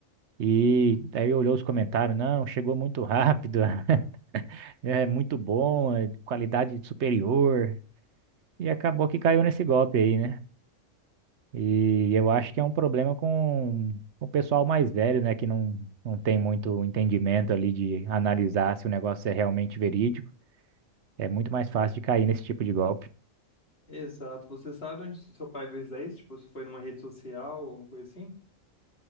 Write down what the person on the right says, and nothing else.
E aí olhou os comentários, não, chegou muito rápido, <laughs> é muito bom, é qualidade superior. E acabou que caiu nesse golpe aí, né? E eu acho que é um problema com com o pessoal mais velho, né? Que não, não tem muito entendimento ali de analisar se o negócio é realmente verídico. É muito mais fácil de cair nesse tipo de golpe.